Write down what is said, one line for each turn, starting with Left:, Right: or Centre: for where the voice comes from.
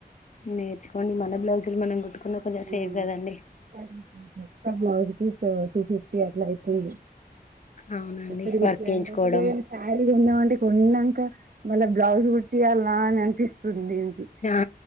Left: నేర్చుకోనీ మన బ్లౌజ్ మనం <unintelligible>
Right: <unintelligible>
Left: సేఫ్ కదండి
Right: బ్లౌజ్ పీస్ టు ఫిఫ్టీ ఉ <unintelligible>
Left: అవునండి వర్క్ వేయించుకోవడం
Right: <unintelligible> మన బ్లౌజ్ <unintelligible> అనిపిస్తుంది ఏంటి
Left: ఆ